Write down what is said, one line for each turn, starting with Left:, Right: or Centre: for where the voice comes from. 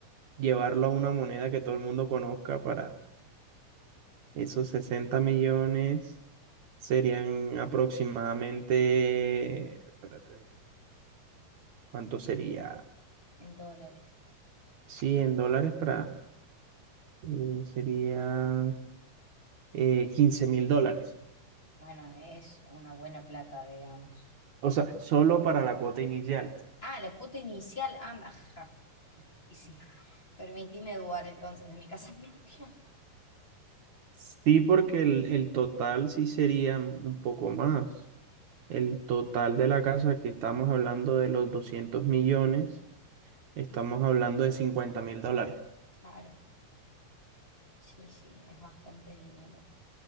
Right: llevarlo a una moneda que todo el mundo conozca para esos 60 millones. Serían aproximadamente, espérate, ¿cuánto sería?
Left: en dólares.
Right: 100 dólares para, eh, serían eh, 15 mil dólares.
Left: Bueno, es una buena plata, digamos.
Right: O sea, solo para la cuota inicial.
Left: Ah, la cuota inicial. Ah, ajá. Y sí, permitime dudar entonces de mi casa <laughs> propia.
Right: Sí, porque el, el total sí sería un poco más. El total de la casa que estamos hablando de los 200 millones, estamos hablando de cincuenta mil dólares.
Left: Claro, sí, sí, es bastante dinero.